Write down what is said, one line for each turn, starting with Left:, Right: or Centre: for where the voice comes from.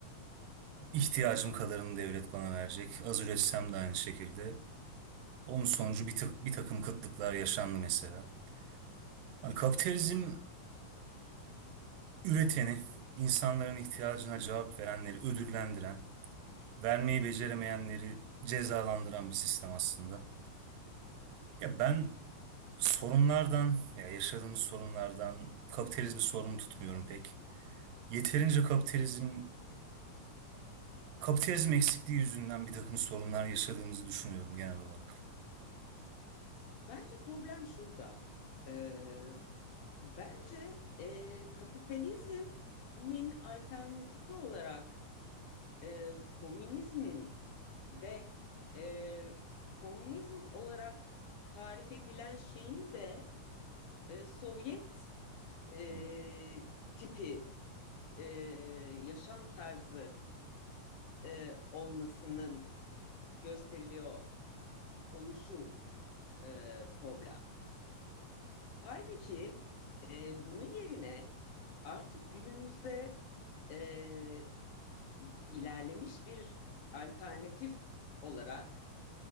Right: ihtiyacım kadarını devlet bana verecek. Az üretsem de aynı şekilde. Onun sonucu bir, ta- bir takım kıtlıklar yaşandı mesela. Hani kapitalizm üreteni, insanların ihtiyacına cevap verenleri ödüllendiren, vermeyi beceremeyenleri cezalandıran bir sistem aslında. Ya ben sorunlardan ya yaşadığımız sorunlardan kapitalizmi sorumlu tutmuyorum pek. Yeterince kapitalizm kapitalizm eksikliği yüzünden bir takım sorunlar yaşadığımızı düşünüyorum genel olarak.
Left: <laughs> Bence problem şurada. E, Bence e, kapitalizmin alternatifi olarak e, komünizmin ve e, komünizm olarak tarif edilen şeyin de e, Sovyet e,
Right: Hmm.
Left: tipi e, yaşam tarzı e, olmasının gösteriliyor oluşu e, problem. Halbuki e, bunun yerine artık günümüzde e, ilerlemiş bir alternatif olarak